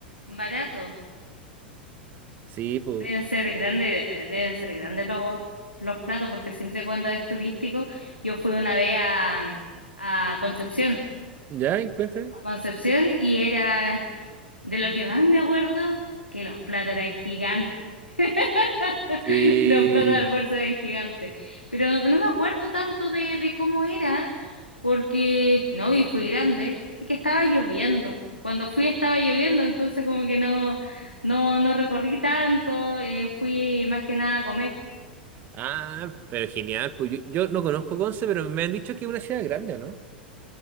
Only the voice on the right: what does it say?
Sí, pues...
¿Ya? Cuéntame.
Sí.
Ah, pero genial. Pues yo, yo no conozco Conce, pero me han dicho que es una ciudad grande, ¿o ¿no?